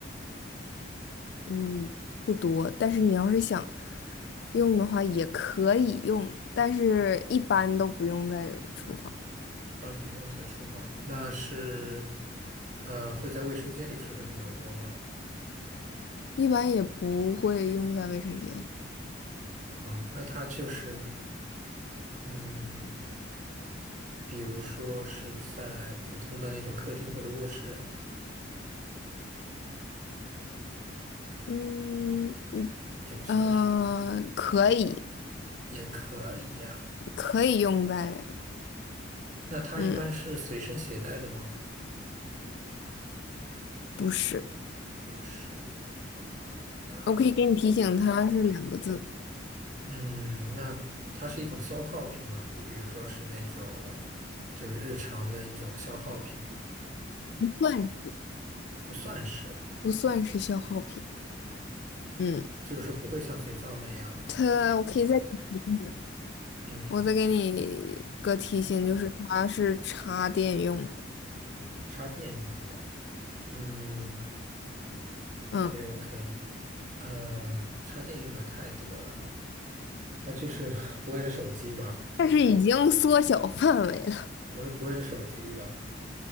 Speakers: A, on the left; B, on the right.
A: 嗯，不多，但是你要是想用的话也可以用，但是一般都不用在厨房，
B: 一般不用在厨房，那是，呃，会在卫生间里出现比较多吗？
A: 一般也不会用在卫生间。
B: 啊，那它就是，嗯，比如说是在普通的那种客厅或者卧室。
A: 嗯，
B: 也不算是吗？
A: 呃，可以，
B: 也可以呀、
A: 可以用在，
B: 那它一般是随身携带的吗？
A: 嗯，不是，
B: 不是，好吧。那
A: 我可以给你提醒，它是两个字，
B: 嗯，那它是一种消耗品吗？就比如说是那种，就是日常的一种消耗品，
A: 不算
B: 不算是，
A: 不算是消耗品。嗯，
B: 就是说不会像肥皂那样，
A: 它，我可以再给你提醒，
B: 嗯，
A: 我再给你个提醒，就是它是插电用的。
B: 插电用的。嗯
A: 嗯，
B: ，OK OK，呃，插电用的太多了，那就是 <laughs> 不会是手机吧？
A: 但是已经缩小范围了，
B: 我说不会是手机吧？